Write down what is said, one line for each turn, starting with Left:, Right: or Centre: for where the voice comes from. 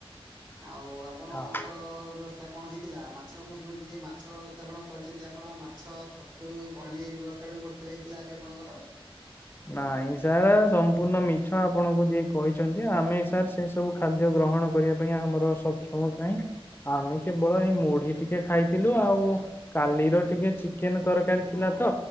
Right: ଆଉ ଆପଣଙ୍କର
Left: ଆଉ
Right: ବ୍ୟବସ୍ଥା କଣ ହେଇଥିଲା ମାଛ ମୁଁ ଶୁଣିଥିଲି ମାଛ ବ୍ୟବସ୍ଥା କଣ କରିଚନ୍ତି, ଆପଣ ମାଛ ଛତୁ ପନିର ବ୍ୟବସ୍ଥା କରୁଥିଲେ ହେଇଥିଲା ଆଜି ଆପଣଙ୍କର।
Left: ନାଇଁ। ସାର୍ ସମ୍ପୂର୍ଣ୍ଣ ମିଛ ଆପଣଙ୍କୁ ଯିଏ କହିଛନ୍ତି ଆମେ ସାର୍ ସେ ସବୁ ଖାଦ୍ୟ ଗ୍ରହଣ କରିବା ପାଇଁ ଆମର ସବ ସମମ କହିଁ ଆମେ କେବଳ ଏଇ ମୁଢି ଟିକେ ଖାଇଥିଲୁ, ଆଉ କାଲିର ଟିକେ ଚିକେନ ତରକାରୀ ଥିଲା। ତ